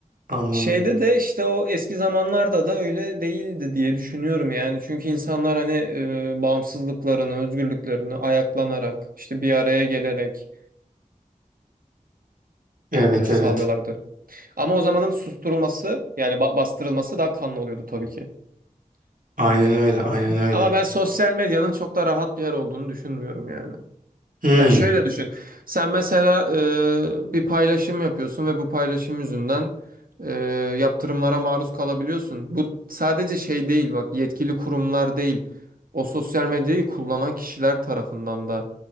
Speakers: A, on the right; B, on the right.
A: anladım.
B: Şeyde de işte o eski zamanlarda da öyle değildi diye düşünüyorum yani. Çünkü insanlar hani e, bağımsızlıklarını, özgürlüklerini ayaklanarak, işte bir araya gelerek
A: Evet,
B: e, sağlıyorlardı.
A: evet.
B: Ama o zamanın susturulması yani ba- bastırılması daha kanlı oluyordu tabii ki.
A: Aynen öyle, aynen öyle.
B: Ama ben sosyal medyanın çok da rahat bir yer olduğunu düşünmüyorum yani.
A: Hmm,
B: Ya şöyle düşün. Sen mesela e, bir paylaşım yapıyorsun ve bu paylaşım yüzünden e, yaptırımlara maruz kalabiliyorsun. Bu sadece şey değil bak yetkili kurumlar değil. O sosyal medyayı kullanan kişiler tarafından da